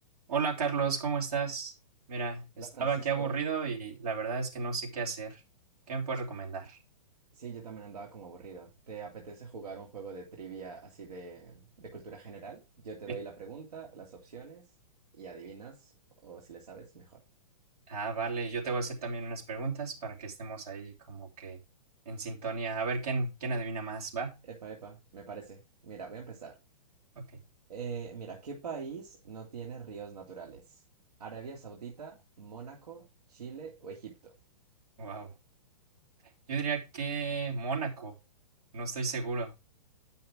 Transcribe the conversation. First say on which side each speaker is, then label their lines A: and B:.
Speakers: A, on the right; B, on the right.
A: Hola Carlos, ¿cómo estás? Mira, estaba
B: Hola Francisco,
A: aquí aburrido y la verdad es que no sé qué hacer. ¿Qué me puedes recomendar?
B: sí, yo también andaba como aburrido. ¿Te apetece jugar un juego de trivia así de, de cultura general? Yo te
A: Sí.
B: doy la pregunta, las opciones y adivinas, o si le sabes, mejor.
A: Ah, vale, yo te voy a hacer también unas preguntas para que estemos ahí como que en sintonía. A ver quién, quién adivina más, ¿va?
B: Epa, epa, me parece. Mira, voy a empezar.
A: Ok.
B: Eh, mira, ¿qué país no tiene ríos naturales? ¿Arabia Saudita, Mónaco, Chile o Egipto?
A: Wow. Yo diría que Mónaco. No estoy seguro.